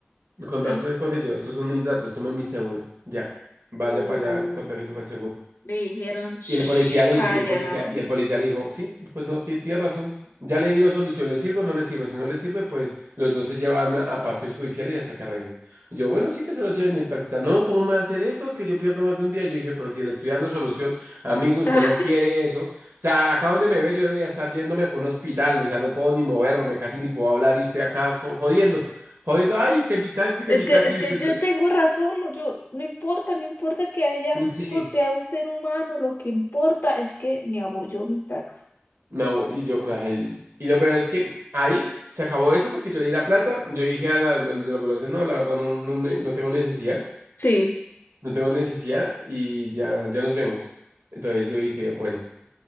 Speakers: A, on the right; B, on the left.
A: Contaste
B: no.
A: con ellos, estos son mis datos, tomen mi cédula. Ya, vaya
B: Uy.
A: para allá, contáctese con el seguro.
B: Le dijeron, shh,
A: Y el policía le
B: calla,
A: dije, y el policía,
B: Gabo.
A: y el policía le dijo, sí, pues no, ti- tiene razón. Ya le dio solución, ¿le sirve o no le sirve? Si no le sirve, pues los dos se llevan a, a patios judiciales hasta que arregle. Yo, bueno, sí que se los lleven y el taxista, no, ¿cómo me va a hacer eso? Que yo pierdo más de un día. Yo dije, pero si le estoy dando solución, amigo, usted
B: <laughs>
A: no quiere eso. O sea, acá donde me ve, yo debería estar yéndome por un hospital, o sea, no puedo ni moverme, casi ni puedo hablar, y usted acá co- jodiendo, jodiendo, ay, que mi taxi, que
B: Es
A: mi
B: que,
A: taxi,
B: es
A: y
B: que
A: usted,
B: yo tengo razón, no, yo, no importa, no importa que haya
A: sí.
B: golpeado a un ser humano, lo que importa es que me apoyó mi taxi.
A: No, y yo, ay, y lo peor es que ahí se acabó eso porque yo le di la plata, yo dije a, la- a los de la ambulancia, no, la verdad no, no, ne- no tengo necesidad,
B: Sí.
A: no tengo necesidad y ya, ya nos vemos. Entonces yo dije, bueno,